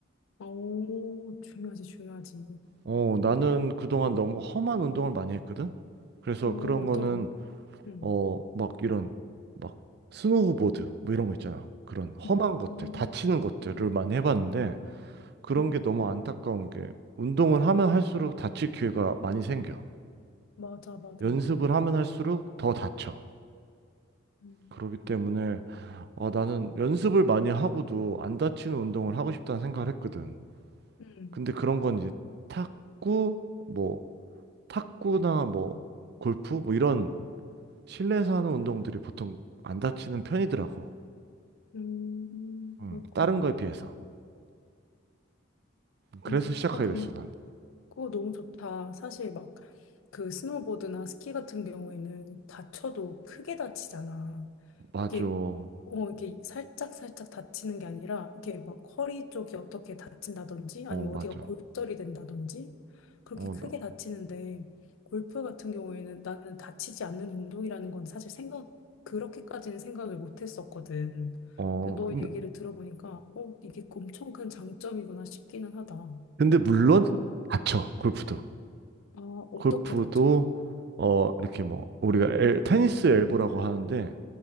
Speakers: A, on the left; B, on the right.
A: 오, 중요하지, 중요하지.
B: 어, 나는 그동안 너무 험한 운동을 많이 했거든? 그래서
A: 오,
B: 그런
A: 어떤,
B: 거는
A: 응,
B: 어, 막 이런 막 스노우보드 뭐 이런 거 있잖아. 그런 험한
A: 음,
B: 것들, 다치는 것들을
A: 음,
B: 많이 해봤는데 그런
A: 응,
B: 게 너무 안타까운 게 운동을 하면 할수록 다칠 기회가 많이 생겨.
A: 맞아, 맞아.
B: 연습을 하면 할수록 더 다쳐.
A: 음.
B: 그렇기 때문에 아, 나는 연습을 많이 하고도 안 다치는 운동을 하고 싶다는 생각을 했거든.
A: 응,
B: 근데 그런 건 이제 탁구, 뭐 탁구나 뭐 골프 뭐 이런 실내에서 하는 운동들이 보통 안 다치는 편이더라고.
A: 음,
B: 음,
A: 그렇구나.
B: 다른 거에 비해서. 그래서
A: 응,
B: 시작하게
A: 아, 근데
B: 됐어, 난.
A: 그거 너무 좋다. 사실 막 그 스노보드나 스키 같은 경우에는 다쳐도 크게 다치잖아.
B: 맞아.
A: 이게
B: 어,
A: 어 이게 살짝 살짝 다치는 게 아니라 이게 막 허리 쪽이 어떻게 다친다든지 아니면
B: 맞아.
A: 어디가 골절이 된다든지 그렇게
B: 어,
A: 크게
B: 너.
A: 다치는데 골프 같은 경우에는 나는 다치지 않는 운동이라는 건 사실 생각 그렇게까지는 생각을 못 했었거든.
B: 어,
A: 근데 너
B: 근데,
A: 얘기를 들어보니까 어 이게 엄청 큰 장점이구나 싶기는 하다.
B: 근데 물론, 다쳐, 골프도.
A: 아 어떻게
B: 골프도,
A: 다쳐?
B: 어, 이렇게 뭐, 우리가 엘, 테니스 엘보라고 하는데,